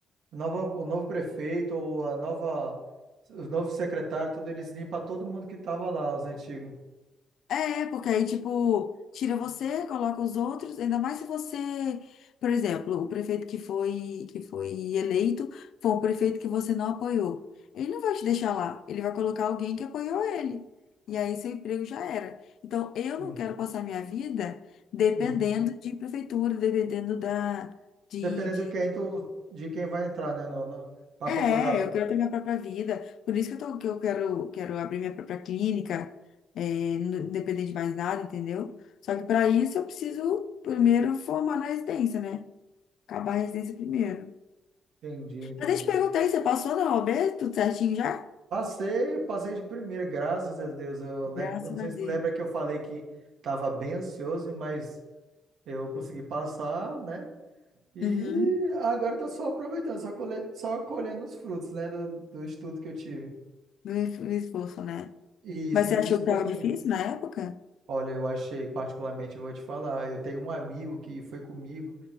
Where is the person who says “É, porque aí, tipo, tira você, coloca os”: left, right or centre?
Left